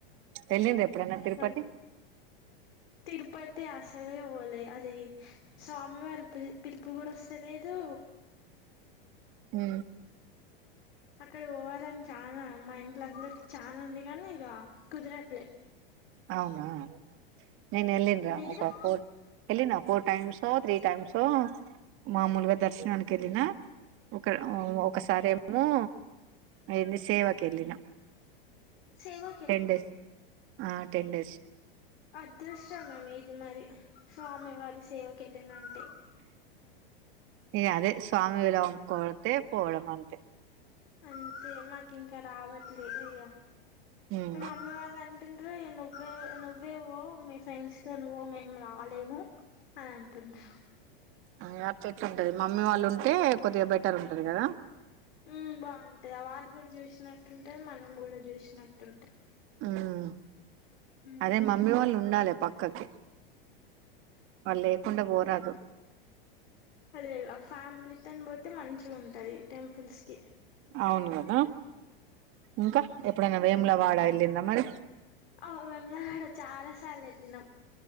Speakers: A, on the right; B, on the left.
A: ఎల్లిండ్రా ఎప్పుడనా
B: ఇక్కడ
A: తిరుపతి
B: తిరుపతి అసలే పోలే అది స్వామి వారి పి పిలుపు కూడా వస్తా లేదు
A: ఉ
B: అక్కడ పోవాలని చానా మా ఇంట్ల అందరికి చానా ఉంది కానీ ఇక కుదరట్లే
A: అవునా నేను వెళ్ళీన్రా
B: మీరు
A: ఒక ఫోర్ట్ వెళ్ళిన ఫోర్ టైమ్సో త్రీ టైమ్సో మామూలుగా దర్శనానికి వెళ్ళిన ఒక ఒకసారెమో ఏంది సేవకి వెళ్ళిన
B: సేవ
A: టెన్ డేస్ ఆ టెన్ డేస్
B: అదృష్టం ఇది మరి స్వామి వారి సేవకి వెళ్ళిన అంటే
A: ఇగా అదే స్వామి విలు కోడితే పోవడం అంతే
B: అంతే మాకు ఇంకా రావట్లేదు ఇగ
A: ఉ
B: మా మమ్మీ వాళ్ళు అంటుంన్రు నువ్వే నువ్వే వ్వో మీ ఫ్రెండ్స్ తో నువ్వు మేము రాలేము అ అంటుడ్రు
A: ఆ అట్లా ఎట్ల ఉంటది మమ్మీ వాళ్ళు ఉంటే కొద్దిగా బెటర్ ఉంటది కదా
B: ఉమ్ బాగుంటది వాళ్ళు కూడా చూసినట్టుంటది మనం కూడా చూసినట్టు
A: ఉమ్
B: ఉమ్
A: అదే మమ్మీ వాళ్ళు ఉండాలి పక్కకి వాళ్ళు లేకుండా పోరాదు
B: అదేగా ఆ ఫ్యామిలీతోని పోతే మంచిగా ఉంటది టెంపుల్స్ కి
A: అవును కదా ఇంకా ఎప్పుడైనా వేములవాడ వెళ్ళిండ్రా మరి
B: అ వేములవాడ చాలా సార్లు వెళ్ళినాం